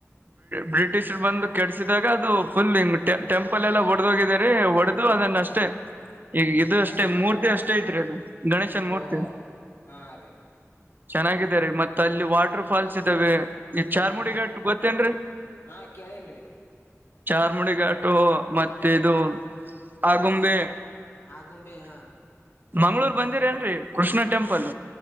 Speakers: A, on the right; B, on the left.
A: ಬ್ರಿಟಿಷ್ರ್ ಬಂದು ಕೆಡಸಿದಾಗ ಅದು ಫುಲ್ ಟೆ ಟೆಂಪಲ್ ಎಲ್ಲಾ ಒಡೆದೋಗಿದೇರೀ ಒಡ್ ಅದು ಅದನ್ನ
B: ಹಾ
A: ಅಷ್ಟೇ ಈಗ ಇದು ಅಷ್ಟೇ
B: ಅಸ್
A: ಮೂರ್ತಿ ಅಷ್ಟೇ ಐತ್ರಿ ಅದು. ಗಣೇಶನ್ ಮೂರ್ತಿ.
B: ಓ ಹಾ ರೀ
A: ಚೆನ್ನಾಗಿದೆರೀ ಮತ್ತ ಅಲ್ಲಿ ವಾಟರ್ ಫಾಲ್ಸ್ ಇದಾವೆ. ಈ ಚಾರ್ಮುಡಿಗಾಟ್
B: ಹಾ
A: ಗೊತ್ತೇನ್ರೀ
B: ಹಾ ಕೇಳೇನ್ರಿ
A: ಚಾರ್ಮುಡಿಗಾಟ್ ಟು ಮತ್ತೆ ಇದು ಆಗುಂಬೆ.
B: ಆಗುಂಬೆ ಹಾ
A: ಮಂಗ್ಳೂರ್ ಬಂದಿರ್ ಏನ್ರೀ ಕೃಷ್ಣ ಟೆಂಪಲ್